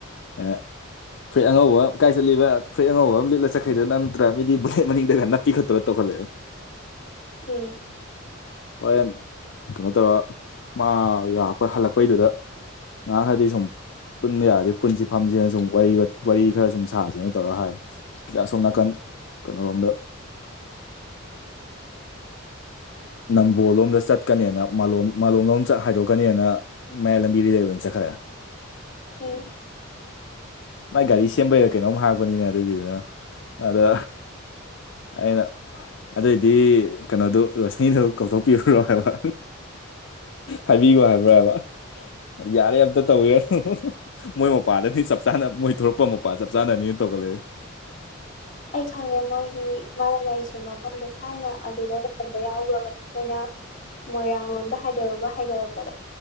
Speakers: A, on the left; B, on the left.
A: ꯑ ꯐ꯭ꯔꯔꯤꯠ ꯑꯉꯧꯕ ꯑꯃ ꯀꯥꯏ ꯆꯠꯂꯤꯕ ꯐꯨꯔꯤꯠ ꯑꯉꯧꯕ ꯑꯃ ꯂꯤꯛꯂ ꯆꯠꯈꯩꯗꯨꯅ ꯅꯠꯇ꯭ꯔ ꯃꯤ ꯕꯨꯂꯦꯠ ꯃꯅꯤꯡꯗꯒ ꯞꯄꯤ ꯈꯠꯇꯅ ꯇꯧꯈꯠ ꯈꯂꯦ
B: ꯎꯝ
A: ꯋꯥꯔ ꯀꯠꯇ ꯃꯥ ꯌꯥꯔꯛꯄ ꯍꯜꯂꯛꯄꯩꯗꯨꯗ ꯉꯥꯡ ꯈꯔꯗꯤ ꯁꯨꯝ ꯄꯨꯟꯕ ꯌꯥꯗꯤꯦ ꯄꯨꯨꯟꯁꯤ ꯐꯝꯁꯤꯅ ꯁꯨꯝ ꯋꯥꯔꯤ ꯋꯥꯔꯤ ꯈꯔ ꯁꯨꯝ ꯁꯥꯁꯦꯅ ꯇꯧꯔꯒ ꯍꯥꯏꯦ ꯀꯂꯥꯁꯣꯝ ꯅꯥꯀꯟ ꯀꯩꯅꯣꯔꯣꯝꯗ ꯅꯝꯕꯣꯂꯣꯝꯗ ꯆꯠꯀꯅꯦꯅ ꯃꯥꯂꯣꯝ ꯃꯥꯂꯣꯝꯂꯣꯝ ꯍꯥꯏꯗꯣꯛꯀꯅꯤꯅ ꯃꯌꯥꯏ ꯂꯝꯕꯤꯗꯨꯗꯩ ꯂꯣꯏ ꯑꯣꯏꯅ ꯆꯠꯈ꯭ꯔꯦ
B: ꯎꯝ
A: ꯃꯥꯥꯏ ꯒꯥꯔꯤ ꯁꯦꯝꯕ ꯀꯩꯅꯣꯝ ꯍꯥꯞꯄꯅꯤꯅ ꯑꯗꯨꯒꯤꯗꯨꯅ ꯑꯗ ꯑꯩꯅ ꯑꯗꯨꯏꯗꯤ ꯀꯩꯅꯣꯗꯨ ꯔꯣꯁꯅꯤꯗꯨ ꯀꯧꯊꯣꯛꯄꯤꯈꯨꯔꯣ ꯍꯥꯏꯕ ꯍꯥꯏꯕꯤꯌꯣ ꯍꯥꯏꯕ꯭ꯔꯥ ꯍꯥꯏꯕ ꯌꯥꯔꯦ ꯑꯝꯇ ꯇꯧꯋꯤꯔ ꯃꯣꯏ ꯃꯄꯥꯗꯅꯤ ꯆꯞ ꯆꯥꯅ ꯃꯣꯏ ꯊꯣꯛꯂꯛꯄ ꯃꯄꯥ ꯆꯞ ꯆꯥꯅꯅꯤꯅ ꯇꯧꯒꯠꯂꯛꯑꯦ <inaudible>
B: ꯑꯩ ꯈꯪꯉꯦ ꯃꯣꯏꯒꯤ ꯃꯥꯥꯅꯖꯥꯏꯁꯤ ꯁꯤ ꯃꯐꯝꯗꯣ ꯊꯥꯏꯅ ꯑꯗꯨꯗ ꯂꯩꯝꯕ ꯌꯥꯎꯍꯈ꯭ꯔꯕꯅꯦ ꯑꯩꯈꯣꯏꯅ ꯃꯣꯏꯔꯥꯡꯂꯣꯝꯗ ꯍꯥꯏꯗꯣꯔꯒ ꯍꯥꯏꯗꯣꯔꯛꯄꯗ